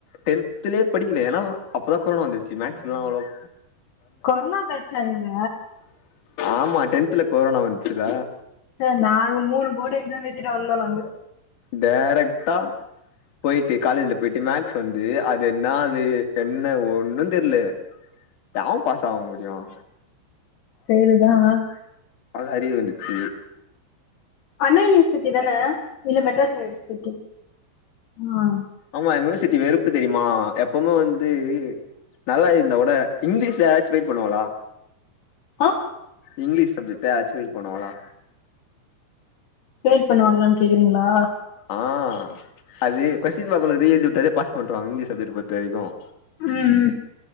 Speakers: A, on the left (about 50°); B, on the left (about 65°).
A: டென்துலயே படிக்கல ஏல்லா அப்பதான் கொரோனா வந்துருச்சு மேக்ஸ்ல்லாம் அவ்ளவா
B: கொரோனா பேச்சா நீங்க
A: ஆமா டென்த்ல கொரோனா வந்துச்சுல
B: சார் நாங்க மூணு போர்டு எக்ஸாம் ஏழிதிட்டு வந்தோம் நாங்க
A: டைரக்ட்டா போயிட்டு காலேஜ்ல போயிட்டு மேக்ஸ் வந்து அது என்ன இது என்ன ஒன்னும் தெர்ல எவன் பாஸ் ஆவ முடியும்
B: சேரிதான்
A: அது அரியர் வந்துச்சு
B: அண்ணா யூனிவர்சிட்டி தானே இல்ல மெட்ராஸ் யுனிவர்சிட்டி ஆ
A: ஆமா எங்க யூனிவர்சிட்டி வெறுப்பு தெரியுமா எப்பவுமே வந்து நல்லா இந்தா கூட இங்கிலீஷ்ல யாராச்சும் வெயிட் பண்ணுவாங்கலா
B: ஆ
A: இங்கிலீஷ் சப்ஜெக்ட்ட அச்வில் பண்ணுவாங்களா
B: செலக்ட் பண்ணுவாங்களான்னு கேக்குறீங்களா
A: ஆ அது கொஸ்டின் பேப்பர்ல ரீ என்ட்ரிஎழு அதே பாஸ் பண்றவாங்க இங்கிலீஷ் சப்ஜெக்ட் பொருத்த வரைக்கும்
B: ம் ம்